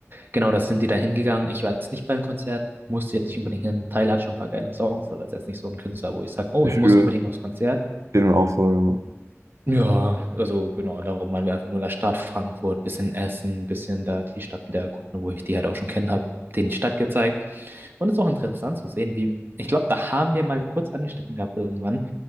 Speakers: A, on the right (about 45°); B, on the right (about 80°).
A: Genau, da sind die dann hingegangen. Ich war jetzt nicht beim Konzert, musste jetzt nicht unbedingt hin. Tyler hat schon ein paar geile Songs, aber ist jetzt nicht so ein Künstler, wo ich sage, oh,
B: ich
A: ich muss
B: fühle
A: unbedingt aufs Konzert.
B: den auch so.
A: Ja, also genau, darum waren wir einfach nur in der Stadt Frankfurt, bisschen essen, bisschen da die Stadt wieder erkunden, wo ich die halt auch schon kennen habe, denen die Stadt gezeigt. Und es ist auch interessant zu sehen, wie, ich glaube, da haben wir mal kurz angeschnitten gehabt irgendwann,